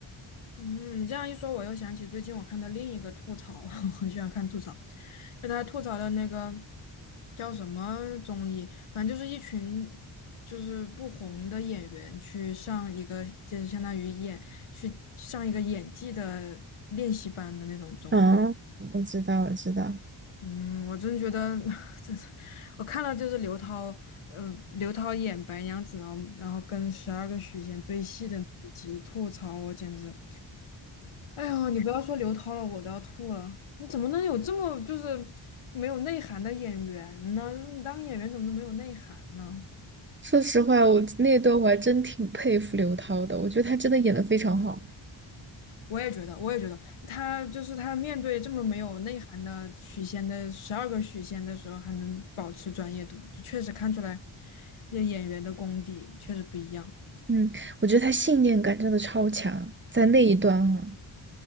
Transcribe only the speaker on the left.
嗯，你这样一说，我又想起最近我看到另一个吐槽，<laughs> 我很喜欢看吐槽，就他吐槽的那个叫什么综艺，反正就是一群就是不红的演员去上一个，就是相当于演去上一个演技的练习班的那种综艺。
嗯，我真觉得，<laughs> 这是我看了就是刘涛，呃，刘涛演白娘子，然后然后跟十二个许仙对戏的那集吐槽，我简直。哎呦，你不要说刘涛了，我都要吐了。你怎么能有这么就是没有内涵的演员呢？你当演员怎么能没有内涵呢？
我也觉得，我也觉得他就是他面对这么没有内涵的许仙的十二个许仙的时候，还能保持专业度，就确实看出来这演员的功底确实不一样。